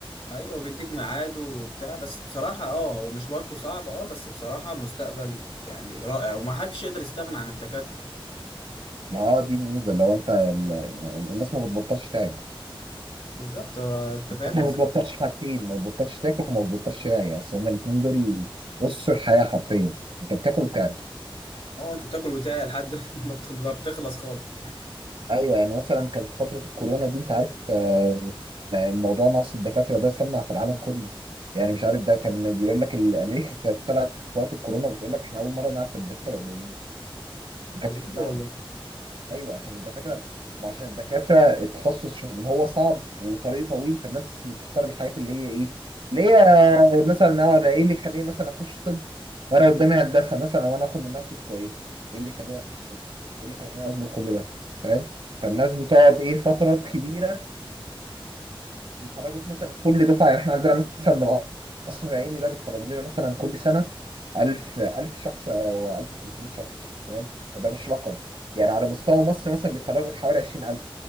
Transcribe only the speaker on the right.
ما هو دي الميزه لو انت ال- الناس ما بتبطلش تعيا
الناس ما
بتبطلش حاجتين ما بتبطلش تاكل وما بتبطلش تعيا اصل هما الاثنين دول اسس الحياه حرفيا انت بتاكل وبتعيا
ايوه يعني مثلا كان في فتره الكورونا دي انت عارف آه، الموضوع نقص الدكاتره ده سمع في العالم كله يعني مش عارف ده كان بيقول لك ال- امريكا كانت طلعت في وقت الكورونا وبتقول لك احنا اول مره نعرف الدكاتره قليلين ما كانش
في دماغنا
ايوه عشان الدكاتره ما عشان الدكاتره التخصص عشان هو صعب وطريق طويل فالناس بتختار الحاجات اللي هي ايه اللي هي مثلا هو انا ايه اللي يخليني مثلا اخش طب وانا قدامي هندسه مثلا وانا اخد منها فلوس كويسه ايه اللي يخليني اخش طب ايه اللي يخليني اظبط كل ده فاهم فالناس بتقعد ايه فترات كبيره بيخرجك مثلا كل دفعه يعني احنا عندنا مثلا من القصر العيني ده بيتخرج لنا مثلا كل سنه 1000 1000 شخص او 1500 شخص فاهم فده مش رقم يعني على مستوى مصر مثلا بيتخرجوا حوالي 20000